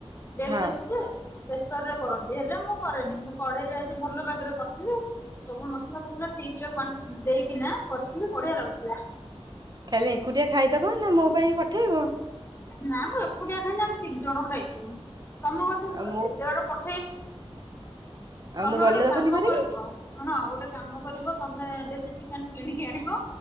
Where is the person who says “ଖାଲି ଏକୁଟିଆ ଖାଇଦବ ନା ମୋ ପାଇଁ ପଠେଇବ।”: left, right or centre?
Right